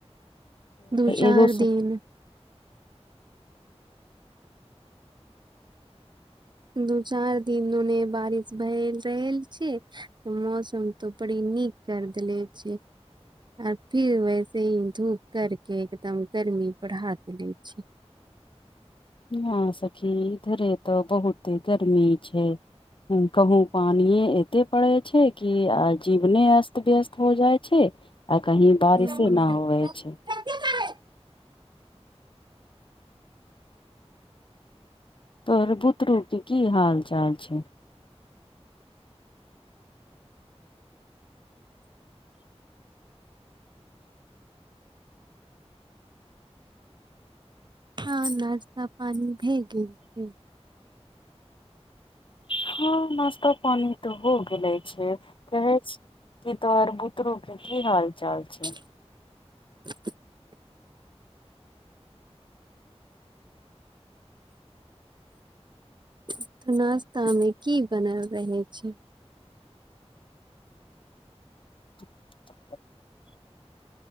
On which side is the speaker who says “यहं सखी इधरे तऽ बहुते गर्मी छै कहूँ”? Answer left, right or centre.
Left